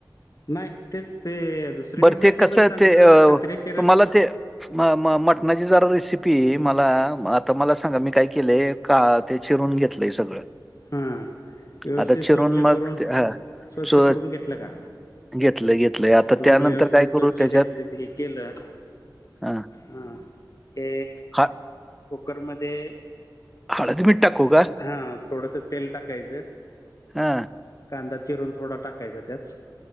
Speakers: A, on the left (about 45°); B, in the centre.
A: नाही तेच ते दुसरीकडे
B: बरं
A: मिळतंय
B: ते कसं
A: पण चांगलं
B: ते अं,
A: खात्रीशीर
B: तुम्हाला ते म म मटणाची जरा रेसिपी मला आता मला सांगा मी काय केलेय. का ते चिरून घेतलंय सगळं.
A: ह! व्यवस्थित
B: आता
A: स्वच्छ
B: चिरून मग
A: करून
B: ते- हा
A: स्वच्छ
B: चो
A: करून घेतलं का?
B: घेतलंय घेतलंय आता
A: धुवून
B: त्यानंतर
A: व्यवस्थित
B: काय करू
A: स्वच्छ
B: त्याच्यात
A: त्यातले ते हे केलं
B: हा,
A: हा हे
B: हा-
A: कुकरमध्ये
B: हळद मीठ टाकू का?
A: हा थोडस तेल टाकायचं
B: हा
A: कांदा चिरून थोडा टाकायचा त्यात